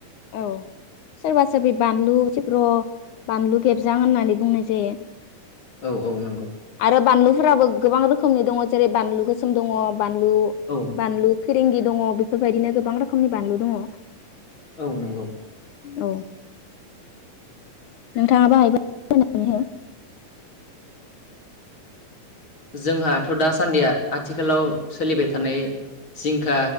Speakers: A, on the left; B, on the left.
A: औ सोरबा सोरबि बानलु सिब्र', बानलु खेबजां होननानै बुंनाय जायो
B: औ औ नंगौ
A: आरो बानलुफोराबो गोबां रोखोमनि दङ जेरै बानलु गोसोम दङ, बानलु
B: औ
A: बानलु फिरिंगि दङ बेफोरबायदिनो गोबां रोखोमनि बानलु दङ।
B: औ नंगौ
A: औ। नोंथाङाबो हायोबा <inaudible> नानै हो।
B: जोंहाथ' दासान्दिया आथिखालाव सोलिबाय थानाय जिंखा